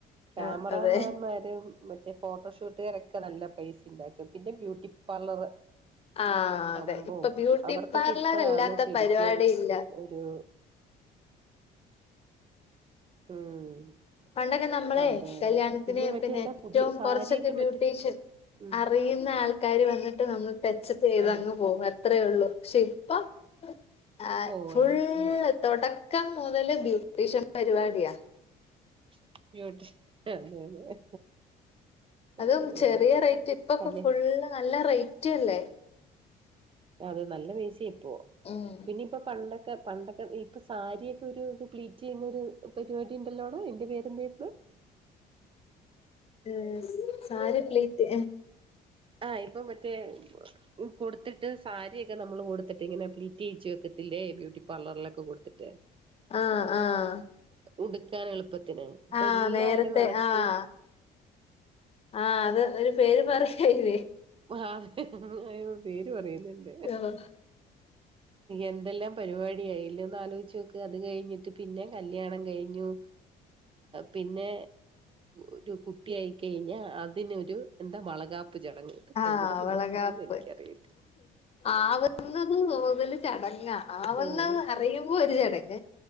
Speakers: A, on the right (about 30°); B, on the left (about 35°).
A: ക്യാമറാമാൻമാരും
B: ആഹ് അതെ
A: മറ്റേ ഫോട്ടോഷൂട്ടുകാരൊക്കെ നല്ല പൈസണ്ടാക്കും പിന്നെ ബ്യൂട്ടി പാർലർ
B: ആഹ് അതെ
A: അമ്പോ
B: ഇപ്പൊ ബ്യൂട്ടി
A: അവർക്കൊക്കെ
B: പാർലർ
A: ഇപ്പഴാണ്
B: ഇല്ലാത്ത
A: ശരിക്കും
B: പരിപാടി ഇല്ല
A: ഒരു ഉം
B: പണ്ടൊക്കെ നമ്മളെ
A: അതെ
B: കല്യാണത്തിന്
A: അതെ മറ്റേ
B: പിന്നെ
A: എന്താ
B: ഏറ്റവും
A: പുതിയ സാരിയൊക്കെ
B: കൊറച്ചൊക്കെ ബ്യൂട്ടീഷ്യൻ
A: മറ്റേ ഉം
B: അറിയുന്ന ആൾ ക്കാര് വന്നിട്ട് നമ്മൾ ടച്ചപ്പ് ചെയ്തങ്ങ്
A: അതെ
B: പോകും അത്രേയള്ളൂ പക്ഷെ ഇപ്പം ആഹ്
A: ഓഹ്
B: ഫുള്
A: ഉം
B: തുടക്കം മുതല് ബ്യൂട്ടീഷ്യൻ പരിപാടിയാ
A: ട്ടി അതെ അതെ
B: അതും
A: അയ്യോ
B: ചെറിയ റേറ്റ് ഇപ്പൊക്കെ
A: കല്യ
B: ഫുള് നല്ല റേറ്റ് അല്ലേ
A: അത് നല്ല പൈസയാ ഇപ്പം
B: ഉം
A: പിന്നെ പണ്ടൊ ക്കെ പണ്ടൊക്കെ ഇപ്പൊ സാരിയൊക്കെ ഒരു ഇത് പ്ലീറ്റെയ്യുന്നൊരു പരിപാടി ഉണ്ടല്ലോടാ അയ്ന്റെ പേരെന്തായിരുന്നു
B: ആഹ് സാരി പ്ളീറ്റ് ആ
A: ആഹ് ഇപ്പൊ മറ്റേ കൊടുത്തി സാരിയക്കെ നമ്മള് കൊടുത്തിട്ട് ഇങ്ങനെ പ്ളിറ്റ് ചെയ്ച്ച വെക്കത്തില്ലേ ബ്യൂട്ടി പർലറിലൊക്കെ കൊടുത്തിട്ട്
B: ആഹ് ആഹ്
A: ഉടുക്കാൻ എളുപ്പത്തിന് ഇപ്പൊല്ലാരും
B: ആഹ് നേരത്തെ
A: അതൊക്കെ
B: ആഹ് ആഹ് അത് ഒരു പേര് പറയാ <unintelligible>
A: ആഹ് അയ്യേ പേര് പറയുന്നുണ്ട്
B: ഓ
A: എന്തെല്ലാം പരിപാടി ആയില്ലോന്ന് ഒന്നാആലോയ്ച്ചക്ക് അത് കഴിഞ്ഞിട്ട് പിന്നെ കല്ല്യാണം കഴിഞ്ഞു പിന്നെ ഒരു കുട്ടിയായി കഴിഞ്ഞാ അതിനൊരു എന്താ വളകാപ്പ് ചടങ്ങ് ഇതൊക്കെ
B: ആഹ്
A: എവിടുന്ന്
B: വളകാപ്പ്
A: വന്നു എന്ന് എനിക്കറിയില്ല
B: ആവുന്നത് മുതലേ ചടങ്ങാ ആവുന്നത്
A: ഉം.
B: അറിയുമ്പോ ഒരു ചടങ്ങ്